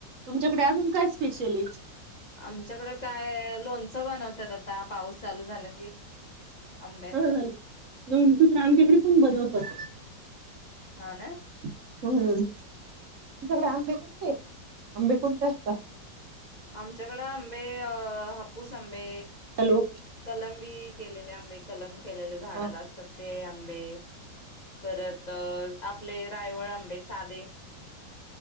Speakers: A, on the right; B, on the left.
A: तुमच्याकडे अजून काय स्पेशली
B: आमच्याकडे काय! लोणचं बनवतात आता, पाऊस चालू झाला की आंब्याचं
A: हं हं. लोणची तर आमच्या इकडे पण बनवतात.
B: हा ना.
A: हम्म! तुमच्याकडे आंबे कोणते आहेत? आंबे कोणते असतात?
B: आमच्याकडे आंबे हापू हापूस आंबे,
A: हॅलो
B: कलम पिकेलेले आंबे, कलम केलेले झाडाला
A: हा
B: असतात ते आंबे, परत आपले रायवळ आंबे साधे